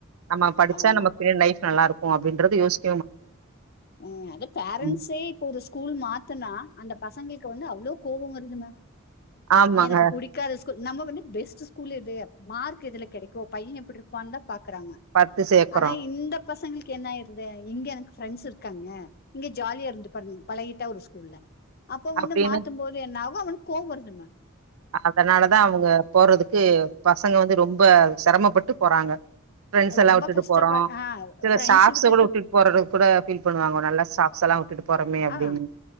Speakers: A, on the right; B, on the left.
A: நம்ம படிச்சா
B: ஆமா
A: நம்ம பின்னாடி லைஃப் நல்லா இருக்கு அப்டின்றத யோச்
B: ம் அது பேரண்ட்ஸே
A: ம்
B: இப்ப ஒரு ஸ்கூல் மாத்துனா அந்த பசங்களுக்கு வந்து அவ்ளோ கோவம் வருது மேம்
A: ஆமாங்க
B: நீ எனக்கு புடிக் காத ஸ்கூல் நம்ம வந்து பெஸ்ட் ஸ்கூல் இது மார்க் எதுல கெடைக்கு பையே எப்புட்ருப்பான் தா பாக்குறாங்க
A: பாத்து சேக்குறோ
B: ஆனா இந்த பசங்களுக்கு என்ன ஆயிருது இங்க எனக்கு ஃப்ரெண்ட்ஸ இருக்காங்க இங்க ஜாலியா இருந்து பாருங்க பழகிட்டா ஒரு ஸ்கூல்ல அப்ப வந்து
A: அப்டின்னு
B: மாத்தும்போது என்ன ஆகு அவனுக்கு கோவம் வருது மேம்
A: அதுனாலதா அவுங்க போறதுக்கு பசங்க வந்து ரொம்ப சிரமப்பட்டு போறாங்க ப்ரெண்டஸ் எ
B: ரொம்ப
A: ல்லா வுட்டுட்டு
B: கஷ்டப்ப
A: போறோ
B: ஆ
A: சில
B: ஃப்ரெண்ட்ஸ்
A: ஸ்டாப்ஸ்
B: விட்டுட்டு
A: கூட விட்டு போறது கூட ஃபீல் பண்ணுவாங்க நல்லா ஸ்டாப் ஸ்லா வுட்டுட்டு போறமே அப்டின்னு
B: ஆ